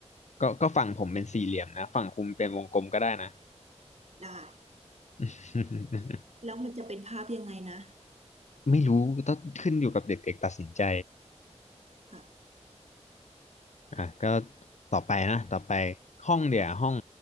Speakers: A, on the left; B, on the right.
A: ก็ก็ฝั่งผมเป็นสี่เหลี่ยมนะฝั่งคุณเป็นวงกลมก็ได้นะ
B: ได้
A: <laughs>
B: แล้วมันจะเป็นภาพยังไงนะ
A: ไม่รู้ต้องขึ้นอยู่กับเด็กๆตัดสินใจ
B: ค่ะ
A: อ่ะก็ต่อไปนะต่อไปห้องเดี๋ยวห้อง